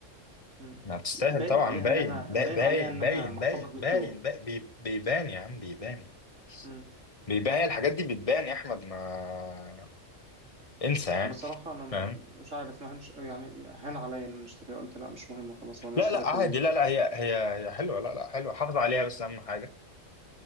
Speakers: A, on the right (about 70°); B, on the left (about 30°).
A: مم.
B: ما تستاهل
A: باين
B: طبعا
A: عليها
B: باين
A: انها
B: با-
A: باين
B: باين
A: عليها انها
B: باين
A: محفظه
B: باين
A: ب 100
B: باين
A: يورو
B: باين بي- بيبان يا عم بيبان يعني
A: مم.
B: بيبان هي الحاجات دي بتبان يا احمد ما انسى يعني
A: بصراحه انا ما...
B: فاهم
A: مش عارف ما هنش... يعني هان عليا ان أنا اشتريها قلت لا مش مهم خلاص وانا
B: لا
A: اشتريها
B: لا
A: كل
B: عادي
A: يوم
B: لا لا هي هي هي حلوه لا لا حلوه حافظ عليها بس اهم حاجه